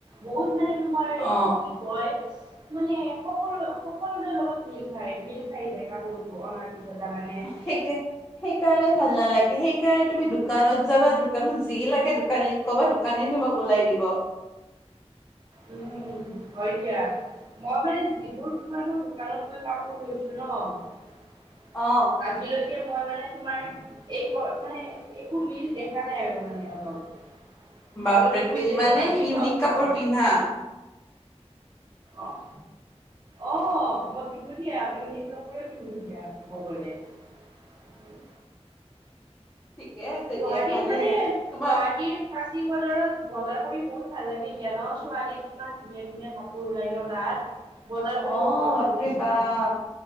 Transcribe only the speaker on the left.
অ
সেইকে সেইকাৰণে ভাল নালাগে সেইকাৰণে তুমি দোকানত যাবা দোকানত যি লাগে দোকানীক ক'বা দোকানে তোমাক ওলাই দিব। ব
অ
বাপৰে
তুমি
ইমানেই
ইউনিক কাপোৰ পিন্ধা
ঠিকে আছে
দিয়া ভালে
তোমাৰ
অ',
বাপৰে
বাপ।